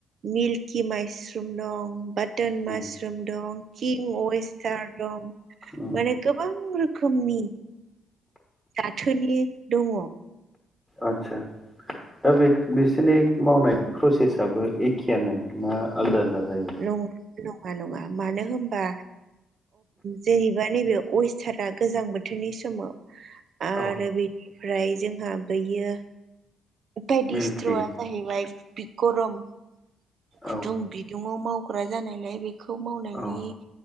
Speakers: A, on the right; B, in the centre.
A: मिल्कि माइसि मासरुम दं बाटोन
B: उम
A: मासरुम दं किं अेस्टार दं।
B: उम
A: माने गोबां रोखोमनि जाथोनि दङ।
B: आदसा दा बे बिसोरनि मावनाय प्रसेसआबो एखेयानो ना आलदा आलदा जायो?
A: नङा नङा मानो होनबा जेनेबा नैबे अेस्टारा गोजां बोथोरनि समाव आरो
B: औ
A: बेनिफ्राय जोंहा बैयो बायदि
B: मिल्कि
A: सिथ्रवा जाहैबाय बे गरम गुदुं
B: औ
A: बिदुुंवाव मावग्रा जानायलाय बेखौ मावनायनि
B: औ